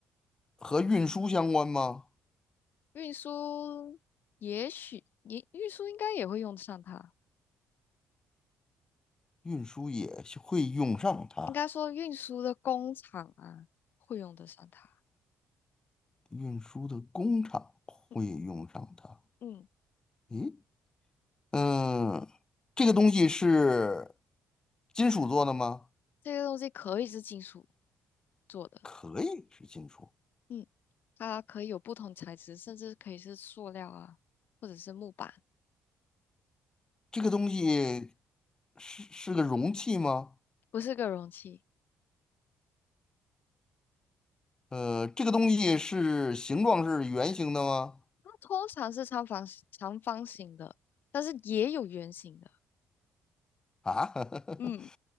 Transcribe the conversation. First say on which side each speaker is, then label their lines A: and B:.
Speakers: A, on the left; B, on the left.
A: 和运输相关吗？
B: 运输也许你运输应该也会用得上它，
A: 运输也是会用上它，
B: 应该说运输的工厂啊会用得上它。
A: 运输的工厂会用上它。
B: 嗯，嗯
A: 诶，嗯，这个东西是金属做的吗？
B: 这个东西可以是金属做的。
A: 可以是金属。
B: 嗯，它可以有不同材质，甚至可以是塑料啊，或者是木板，
A: 这个东西是是个容器吗？
B: 不是个容器。
A: 呃，这个东西是形状是圆形的吗？
B: 它通常是长方长方形的，但是也有圆形的，
A: 啊，<laughs>
B: 嗯，